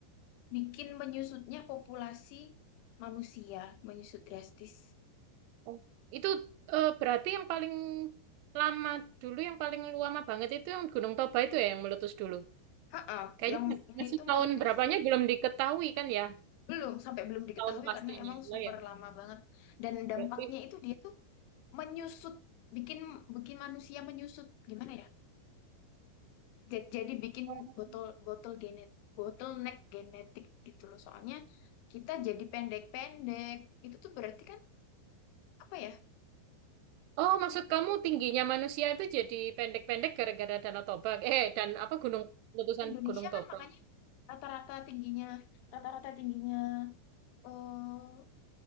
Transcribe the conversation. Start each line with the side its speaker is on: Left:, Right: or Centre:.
Left: bikin menyusutnya populasi manusia, menyusut drastis.
Right: Oh. Itu eh, berarti yang paling lama dulu, yang paling lama banget itu yang Gunung Toba itu ya yang meletus dulu.
Left: ha
Right: Kayaknya
Left: yang ini
Right: masih
Left: tuh
Right: tahun
Left: meletus
Right: berapanya belum diketahui kan ya?
Left: belum sampai belum diketahui
Right: Tahun pastinya.
Left: karena emang super
Right: Lah ya.
Left: lama banget dan dampaknya
Right: Berarti
Left: itu dia tuh menyusut, bikin bikin manusia menyusut. Gimana ya? Ja- Jadi bikin
Right: oh,
Left: botol botol genet bottleneck genetik gitu loh. Soalnya kita jadi pendek-pendek. Itu tuh berarti kan apa ya?
Right: Oh, maksud
Left: Kita
Right: kamu tingginya manusia itu jadi pendek-pendek gara-gara Danau Toba. Eh, dan apa gunung letusan
Left: Indonesia
Right: Gunung Toba.
Left: kan makanya rata-rata tingginya rata-rata tingginya eh,